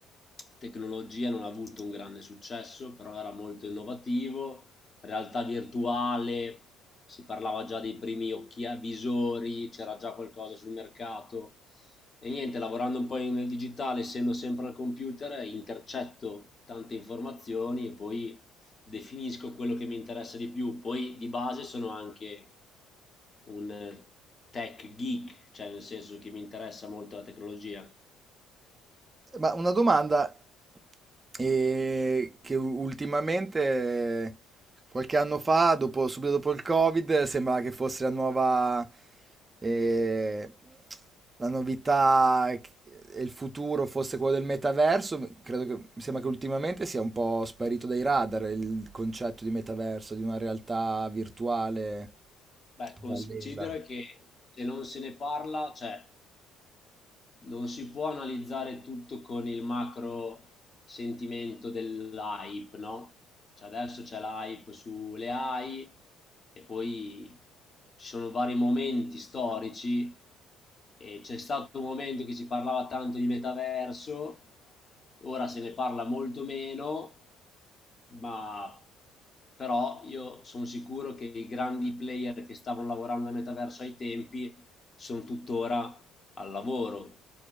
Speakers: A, on the left; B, on the right.
A: tecnologia non ha avuto un grande successo, però era molto innovativo realtà virtuale, si parlava già dei primi occhia- visori, c'era già qualcosa sul mercato. E niente, lavorando un po' in- nel digitale, essendo sempre al computer, intercetto tante informazioni e poi definisco quello che mi interessa di più. Poi di base sono anche un eh, tech geek, cioè nel senso che mi interessa molto la tecnologia.
B: Ma una domanda eh, che u- ultimamente, qualche anno fa, dopo- subito dopo il Covid, sembrava che fosse la nuova, eh, la novità che- e il futuro fosse quello del metaverso. Credo che, mi sembra che ultimamente sia un po' sparito dai radar il concetto di metaverso, di una realtà virtuale
A: Beh, considera
B: parallela.
A: che se non se ne parla, cioè non si può analizzare tutto con il macro sentimento dell'hype, no? Cioè adesso c'è l'hype sulle AI e poi ci sono vari momenti storici e c'è stato un momento che si parlava tanto di metaverso, ora se ne parla molto meno, ma però io sono sicuro che i grandi player che stavano lavorando al metaverso ai tempi sono tuttora al lavoro.